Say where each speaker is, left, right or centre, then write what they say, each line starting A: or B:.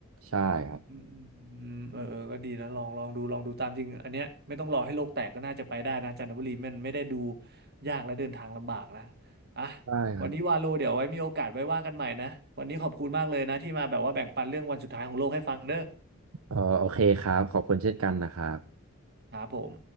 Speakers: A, on the right; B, on the right.
A: ใช่ครับ
B: อืมเออเออก็ดีนะ ลองลองดูลองดูตามจริง อันเนี้ยไม่ต้องรอให้โลกแตกก็น่าจะไปได้นะจันทบุรีมันไม่ได้ดูยากและเดินทางลำบากนะอ่ะ
A: ใช่ครับ
B: วันนี้วาโลเดี๋ยวไว้มีโอกาสไว้ว่ากันใหม่นะ วันนี้ขอบคุณมากเลยนะที่มาแบบว่าแบ่งปันเรื่องวันสุดท้ายของโลกให้ฟังเด้อ
A: เออโอเคครับขอบคุณเช่นกันนะครับ
B: ครับผม